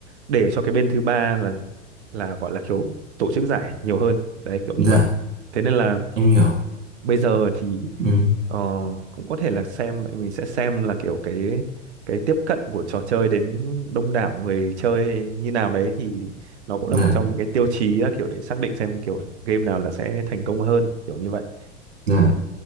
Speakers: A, on the right; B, on the right.
A: để cho cái bên thứ ba là là gọi là kiểu tổ chức giải nhiều hơn đấy kiểu
B: dạ
A: như vậy thế nên là
B: em hiểu
A: bây giờ thì
B: ừ
A: ờ, cũng có thể là xem mình sẽ xem là kiểu cái cái tiếp cận của trò chơi đến đông đảo người chơi như nào đấy thì nó cũng
B: dạ
A: là một trong những cái tiêu chí là kiểu để xác định xem kiểu game nào là sẽ thành công hơn kiểu như vậy
B: dạ
A: ừ,